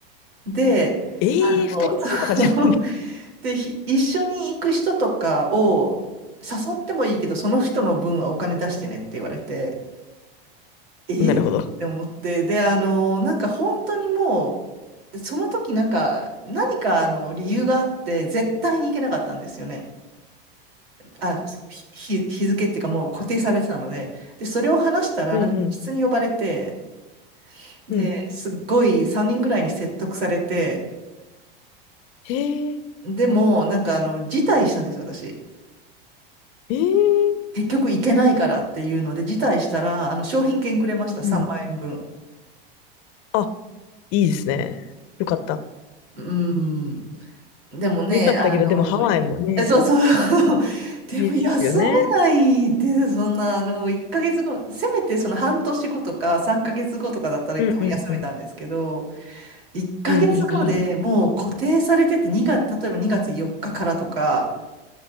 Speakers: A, on the right (about 90°); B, on the left (about 55°).
A: で、
B: ええ二人ともとかじゃないんだ。
A: あの、そう <laughs> で、ひ一緒に行く人とかを誘ってもいいけど、その人の分はお金出してねって言われて、
B: <laughs>
A: えって思って、
B: なるほど。あ
A: で、あの、なんか本当にもう、その時なんか、何かあの理由があって、絶対に行けなかったんですよね。あの、その日、日日付っていうかもう固定されてたので、で、それを話したら、
B: うんうんうん。
A: なんか室に呼ばれて、で、
B: うん。
A: すっごい3人ぐらいに説得されて、
B: へえ、
A: でも、なんかあの、辞退したんですよ、私。
B: ええ
A: 結局行けないからっていうので、辞退したら、あの、商品券くれました、3万円分。
B: うん。あ、いいですね。よかった。
A: うん。でもね、
B: よかったけど、
A: あの、
B: でもハワイもね、
A: えそうそう。<laughs> でも休めないで、
B: いいですよね。
A: そんな、あの、1ヶ月後、せめてその半年後とか3ヶ月後とかだったら多分休めたんですけど、
B: うんうんうん。
A: 1ヶ月後でもう固定されてて2月、
B: うんうんうん。
A: 例えば2月4日かからとか、